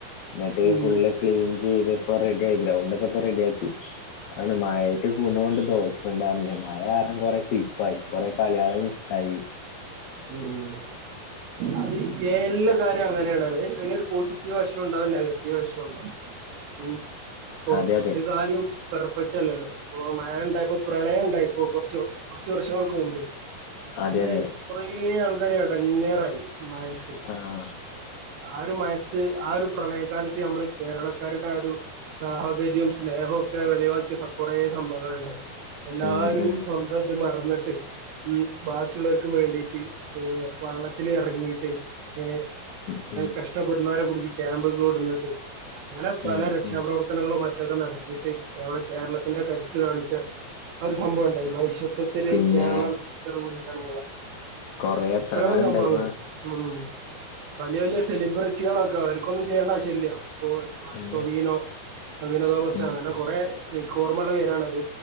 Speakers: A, on the left; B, on the right.
A: എന്നിട്ട്
B: ഉം
A: ഫുള് ക്ലീൻ ഇത് പ്പോ റെഡി ആയി, ഗ്രൗണ്ട് ഒക്കെ പ്പൊ റെഡിയാ ക്കി ആണ് മഴയ്ക്ക് ഗുണോണ്ട് ദോഷോണ്ട്. മഴ കാരണം കൊറെ സ്ലിപ്പ് ആയി, കുറേ കളികള് മിസ്സായി
B: ഉം, അത് എല്ലാ കാര്യവും അങ്ങനെയാണ്, അതിനൊരു പോസിറ്റീവ് വശവും നെഗറ്റീവ് വശവും ഉണ്ടാവും ഉം പ്പൊ
A: അതെ അതെ
B: ഒരു കാര്യവും പെർഫെക്റ്റ് അല്ലല്ലോ അ മഴയുണ്ടായപ്പോ പ്രളയം ഉണ്ടായി, ഇപ്പൊ കൊറച്ച്, കൊറച്ച് വർഷങ്ങൾക്ക് മുമ്പ്
A: അതെ
B: അന്ന്
A: അതെ
B: കൊറേ ആൾക്കാര് എടങ്ങേറായി മഴേത്ത്
A: ആഹ്
B: ആ, ഒരു മയത്ത് ആ ഒരു പ്രളയകാലത്ത് നമ്മള് കേരളക്കാരുടെ ആ ഒരു സാഹോദര്യം, സ്നേഹവും ഒക്കെ വെളിവാക്കിയ കൊറേ സംഭവങ്ങങ്ങളുണ്ടായി. എല്ലാരും
A: ഉം ഉം
B: സ്വന്തം ത് മറന്ന് ന്നട്ട് ഉം ബാക്കിയുള്ളർ വേണ്ടീട്ട് വള്ളത്തില് എറങ്ങീട്ട് ഏ
A: ഉം
B: കഷ്ടപ്പെടുന്നവരെ പിടി ക്യാമ്പൊക്ക് കൊടന്നിട്ട് അങ്ങനെ പല
A: ഉം
B: രക്ഷാപ്രവർത്തനങ്ങളും
A: ഉം
B: റ്റെ നടത്തിയിട്ട് കേരളത്തിന്റെ കരുത്ത് കാണിച്ച ഒരു സംഭവം ഉണ്ടായി മനുഷ്യ മൊത്തത്തില്
A: പിന്നെ
B: കേരളം ഇർമണ്ടിലാണ്
A: കൊറെ എത്രങ്ങാനും
B: എത്രയോ സംഭവങ്ങൾ
A: ഉണ്ടായിക്ക്ണ്
B: ഉം വലിയ വലിയ സെലിബ്രി കുട്ടികളൊക്കെ അവർക്കൊന്നും ചെയ്യണ്ടവശ്യല്ല
A: ഉം
B: ടൊവിനോ ടൊവിനോ തോമസ്
A: ഉം
B: അങ്ങനെ
A: ഉം
B: കൊറെ കോർമയുളള പേരാണത്